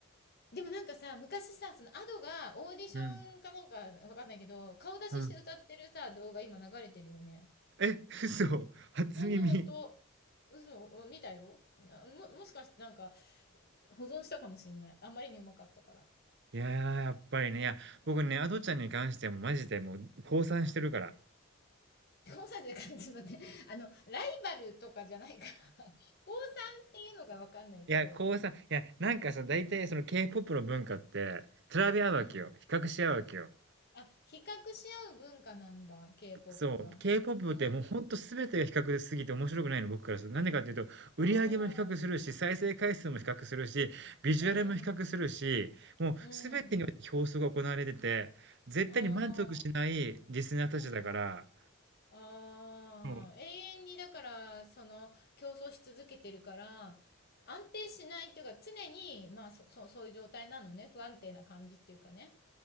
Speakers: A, on the left (about 45°); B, on the right (about 55°).
A: でもなんかさ、昔さ、そのアドがオーディションかなんかわかんないけど、
B: うん。
A: 顔出しして歌ってるさ、
B: うん。
A: 動画今流れてるよね。
B: え、嘘。初耳。
A: ほんとほんと。嘘、見たよ。なも、もしかしてなんか保存したかもしんない。あまりにうまかったから。
B: いやー、やっぱりね、いや、僕ね、アドちゃんに関してはもうマジでもう、
A: うん。
B: 降参してるから。
A: 4歳で感じまって、<laughs> あの、ライバルとかじゃないから、<laughs> 高さんっていうのがわかんないけど、
B: いや、こうさ、いや、なんかさ、
A: うん。
B: 大体その K-POP の文化って、比べ合うわけよ。
A: うん。
B: 比較し合うわけよ。
A: あ、比較し合う文化なんだ、K-POP
B: そう。
A: は。
B: K-POP
A: うん。
B: ってもうほんと全てが比較すぎて面白くないの、僕からすると。なんでかっていうと、売り上げも比較するし、
A: うん。
B: 再生回数も比較するし、ビジュアルも比較するし、
A: うん。
B: もう全てにおいて競争が行われてて、
A: うん。
B: 絶対に満足しないリスナーたちだから、
A: ああ、うん。ああ、
B: もう、
A: 永遠にだから、その、競争し続けてるから、安定しないっていうか、常に、まあ、そ、そ、そういう状態なのね。不安定な感じっていうかね。